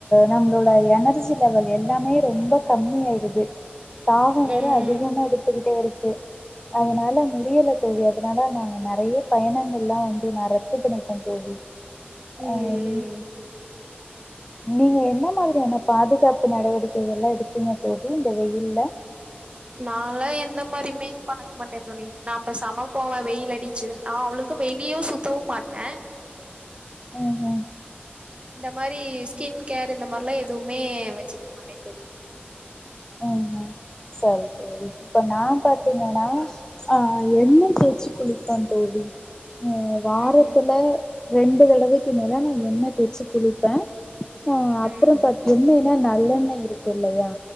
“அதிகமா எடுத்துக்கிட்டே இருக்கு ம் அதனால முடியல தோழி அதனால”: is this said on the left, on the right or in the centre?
Left